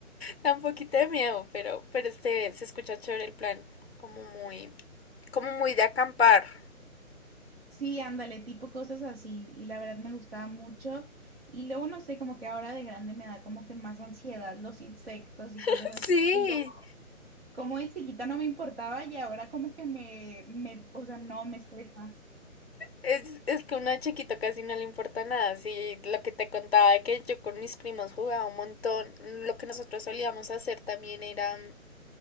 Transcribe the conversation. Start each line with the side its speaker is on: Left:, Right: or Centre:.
Left: Da un poquito de miedo, pero, pero este se escucha chévere el plan, como muy, como muy de acampar.
Right: Sí, ándale, tipo cosas así. Y la verdad me gustaba mucho. Y luego no sé, como que ahora de grande me da como que más ansiedad los insectos y
Left: <laughs>
Right: cosas así.
Left: Sí.
Right: Digo, como de chiquita no me importaba y ahora como que me, me, o sea, no me estresa.
Left: Es, es que uno de chiquito casi no le importa nada, sí, lo que te contaba que yo con mis primos jugaba un montón, lo que nosotros solíamos hacer también era